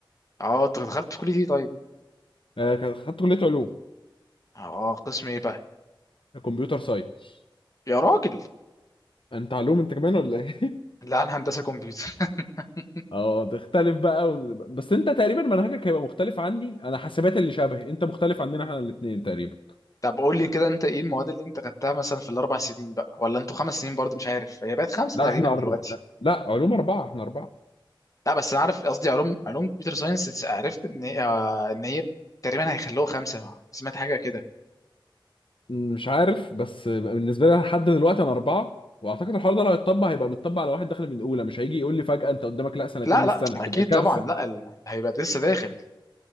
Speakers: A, on the left; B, on the left.
A: اه انت دخلت في كليه ايه طيب
B: آه كان- خدت كليه علوم
A: اه قسم ايه بقى
B: كمبيوتر ساينس
A: يا راجل
B: انت علوم انت كمان ولا ايه <laughs>
A: لا انا هندسه كمبيوتر <laughs>
B: اه تختلف بقى وال- بس انت تقريبا منهجك هيبقى مختلف عني انا حاسبات اللي شبهي انت مختلف عننا احنا الاثنين تقريبا
A: طب قول لي كده انت ايه المواد اللي انت خدتها مثلا في الاربع سنين بقى ولا انتوا خمس سنين برضو مش عارف هي بقت خمسه
B: لا
A: تقريبا
B: احنا أر...
A: دلوقتي
B: لا علوم اربعه احنا اربعه
A: لا بس انا عارف قصدي علوم علوم كمبيوتر ساينس عرفت ان هي آه، ان هي تقريبا هيخلوها خمسه سمعت حاجه كده
B: مش عارف بس بالنسبه لي أنا لحد دلوقتي انا اربعه واعتقد الحوار ده لو هيتطبق هيبقى متطبق على واحد داخل من الاولى مش هيجي يقول لي فجاه انت قدامك لا سنتين
A: لا
B: من
A: لا
B: السنه
A: اكيد
B: تبقى كارثه
A: طبعا لا ال- هيبقى لسه داخل